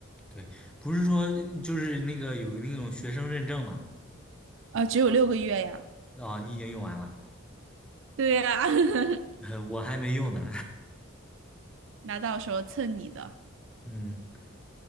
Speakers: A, in the centre; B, on the right.
A: 对，不是说就是那个有那种学生认证嘛？
B: 啊，只有六个月呀。
A: 哦，你已经用完了，
B: 对呀，<laughs>
A: <laughs> 我还没用呢。
B: 那到时候蹭你的。
A: <laughs> 嗯，